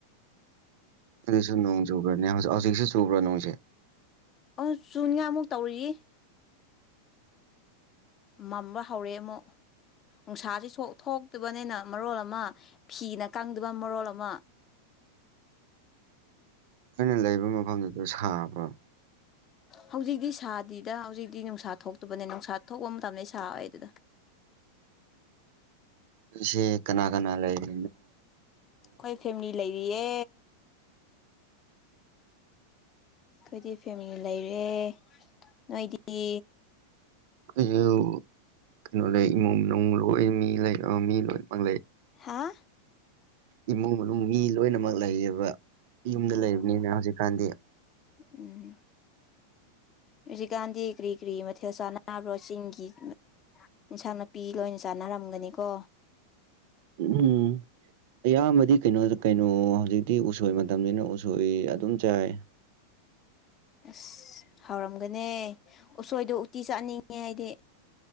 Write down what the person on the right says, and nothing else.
ꯑꯗꯨꯁꯨ ꯅꯣꯡ ꯆꯨꯕ꯭ꯔꯅꯦꯖꯤꯛ ꯍꯧꯖꯤꯛꯁꯨ ꯆꯨꯕ꯭ꯔꯥ ꯅꯣꯡꯁꯦ
ꯑꯩꯅ ꯂꯩꯕ ꯃꯐꯝꯗꯨꯗ ꯁꯥꯕ꯭ꯔꯣ
ꯁꯤ ꯀꯅꯥ ꯀꯅꯥ ꯂꯩꯔꯤ
ꯑꯩ ꯀꯩꯅꯣ ꯂꯩ ꯏꯃꯨꯡ ꯃꯅꯨꯡ ꯂꯣꯏ ꯃꯤ ꯂꯩ ꯃꯤ ꯂꯣꯏꯅꯃꯛ ꯂꯩ
ꯏꯃꯨꯡ ꯃꯅꯨꯡ ꯃꯤ ꯂꯣꯏꯅꯃꯛ ꯂꯩꯔꯤꯕ ꯌꯨꯝꯗ
ꯂꯩꯕꯅꯤꯅ ꯍꯧꯖꯤꯛꯀꯥꯟꯗꯤ
ꯎꯝ ꯑꯌꯥꯝꯕꯗꯤ ꯀꯩꯅꯣ ꯀꯩꯅꯣ ꯍꯧꯖꯤꯛꯇꯤ ꯎꯁꯣꯏ ꯃꯇꯝꯅꯤꯁꯤꯅ ꯎꯁꯣꯏ ꯑꯗꯨꯝ ꯆꯥꯏ